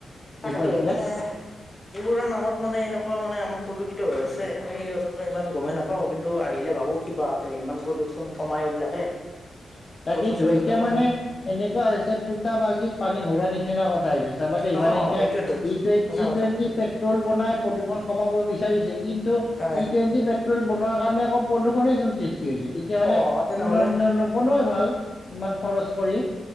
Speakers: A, on the left (about 25°); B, on the left (about 45°).
A: তাকেতো
B: দেখুৱাইছিলে।
A: মানে এইবোৰৰ নামত মানে এনেকুৱা মানে আমাক প্ৰদূষিত হৈ আছে আমি অথচ ইমান গমেই নাপাওঁ। প কিন্তু আহিলে ভাৱোঁ কি বাপ্ৰে, ইমান প্ৰদূষণ কমাই এইবিলাকে। কিন্তু
B: তাকেইতো
A: অথচ এইবিলাক
B: এতিয়া
A: মানে
B: এনেকুৱা হৈছে ফুটা বাল্টিত পানী ভৰোৱা নিচিনা কথা হৈছে। চাব দেই
A: অ
B: মানে এতিয়া
A: সেইটোয়েতো
B: ই টু
A: সঁচা
B: ই
A: কথা
B: টুৱেণ্টি পেট্ৰল বনাই প্ৰদূষণ কমাব বিচাৰিছে কিন্তু
A: হয়
B: ই টুৱেণ্টি পে ল বনোৱাৰ কাৰণে আকৌ প্ৰদূষণে চুন সৃষ্টি হৈছে? তেতিয়াহ'লে
A: অ তেনেহলে
B: ন নিবনুৱাই ভাল ইমান খৰচ কৰি।